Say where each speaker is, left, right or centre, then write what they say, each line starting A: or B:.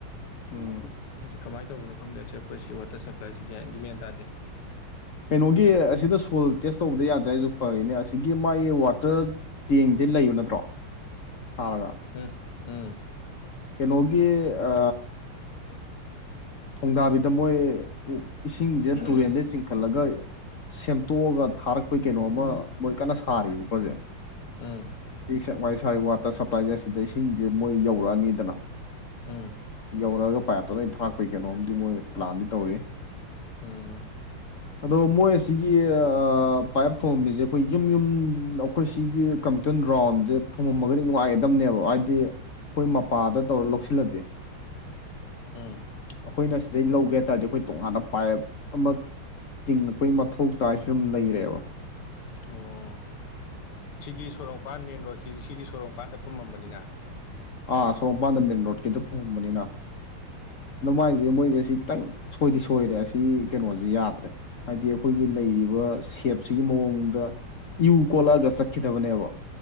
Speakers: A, on the left; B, on the left.
A: ꯎꯝ
B: ꯑꯁꯤ ꯀꯃꯥꯏꯅ ꯇꯧꯕꯅꯣ ꯈꯪꯗꯦꯁꯦ ꯑꯩꯈꯣꯏꯁꯤ ꯋꯥꯇꯔ ꯁꯄ꯭ꯂꯥꯏꯁꯤ ꯒ꯭ꯌꯥꯒꯤ ꯃꯦꯟ ꯇꯥꯗꯦ
A: ꯀꯩꯅꯣꯒꯤ ꯑꯁꯤꯗ ꯁꯣꯜ ꯇꯦꯁ ꯇꯧꯕꯗ ꯌꯥꯗ꯭ꯔꯦ ꯍꯥꯏꯁꯨ ꯐꯔꯅꯦ ꯑꯁꯤꯒꯤ ꯃꯥꯒꯤ ꯋꯥꯇꯔ ꯇꯦꯡꯗꯦ ꯂꯩꯕ ꯅꯠꯇ꯭ꯔꯣ ꯊꯥꯔꯒ
B: ꯎꯝ ꯎꯝ
A: ꯀꯩꯅꯣꯒꯤ ꯑ ꯊꯣꯡꯗꯥꯕꯤꯗ ꯃꯣꯏ ꯏꯁꯤꯡꯁꯦ ꯇꯨꯔꯦꯟꯗ ꯆꯤꯡ ꯈꯠꯂꯒ ꯁꯦꯝꯇꯣꯛꯑꯒ ꯊꯥꯔꯛꯄꯩ ꯀꯩꯅꯣ ꯑꯃ ꯃꯣꯏ ꯀꯟꯅ ꯁꯥꯔꯤꯕꯀꯣ ꯍꯧꯖꯤꯛ
B: ꯎꯝ
A: ꯁꯤ ꯁꯦꯛꯃꯥꯏ ꯁ꯭ꯋꯥꯏ ꯋꯥꯇꯔ ꯁꯄ꯭ꯂꯥꯏꯁꯦ ꯑꯁꯤꯗ ꯏꯁꯤꯡꯁꯦ ꯃꯣꯏ ꯌꯧꯔꯛꯑꯅꯤꯗꯅ
B: ꯎꯝ
A: ꯌꯧꯔꯛꯑꯒ ꯄꯥꯏꯞꯇꯣ ꯂꯣꯏ ꯊꯥꯔꯛꯄꯒꯤ ꯀꯩꯅꯣꯝꯗꯤ ꯃꯣꯏ ꯄ꯭ꯂꯥꯟꯗꯤ ꯇꯧꯔꯤ
B: ꯎꯝ
A: <inaudible> ꯑꯗꯣ ꯃꯣꯏ ꯑꯁꯤꯒꯤꯒꯤ ꯑ ꯄꯥꯏꯞ ꯐꯨꯝꯃꯝꯃꯤꯁꯦ ꯑꯩꯈꯣꯏ ꯌꯨꯝ ꯌꯨꯝ ꯑꯩꯈꯣꯏ ꯁꯤꯒꯤ ꯀꯝꯇꯟ ꯔꯥꯎꯟꯁꯦ ꯐꯨꯝꯃꯝꯃꯒꯗꯤ ꯅꯨꯡꯉꯥꯏꯒꯗꯕꯅꯦꯕ ꯍꯥꯏꯗꯤ ꯑꯩꯈꯣꯏ ꯃꯄꯥꯗ ꯇꯧꯔ ꯂꯧꯁꯤꯜꯂꯗꯤ
B: ꯎꯝ
A: ꯑꯩꯈꯣꯏꯅ ꯁꯤꯗꯩ ꯂꯧꯒꯦ ꯍꯥꯏ ꯇꯥꯔꯗꯤ ꯑꯩꯈꯣꯏ ꯇꯣꯉꯥꯟꯅ ꯄꯥꯏꯞ ꯑꯃ ꯇꯤꯡꯉꯛꯄꯒꯤ ꯃꯊꯧ ꯇꯥꯏ ꯐꯤꯕꯝ ꯂꯩꯔꯦꯕ
B: ꯑꯣ ꯁꯤꯒꯤ ꯁꯣꯔꯣꯛꯄꯥꯟ ꯃꯦꯟ ꯔꯣꯗꯁꯤ ꯁꯤꯒꯤ ꯁꯣꯔꯣꯛꯃꯄꯥꯟꯗ ꯐꯨꯝꯃꯝꯕꯅꯤꯅ
A: ꯑꯥ ꯁꯣꯔꯣꯛ ꯃꯄꯥꯟꯗ ꯃꯦꯟ ꯔꯣꯗꯀꯤꯗ ꯐꯨꯝꯕꯅꯤꯅ ꯑꯗꯨ ꯃꯥꯏꯁꯦ ꯃꯣꯏꯁꯦ ꯁꯤ ꯈꯤꯇꯪ ꯁꯣꯏꯗꯤ ꯁꯣꯏꯔꯦ ꯑꯁ ꯁꯤ ꯀꯩꯅꯣꯁꯤ ꯌꯥꯗ꯭ꯔꯦ ꯍꯥꯏꯗꯤ ꯑꯩꯈꯣꯏꯒꯤ ꯂꯩꯔꯤꯕ ꯁꯦꯞꯁꯤꯒꯤ ꯃꯑꯣꯡꯗ ꯏꯎ ꯀꯣꯜꯂꯛꯒ ꯆꯠꯈꯤꯗꯕꯅꯦꯕ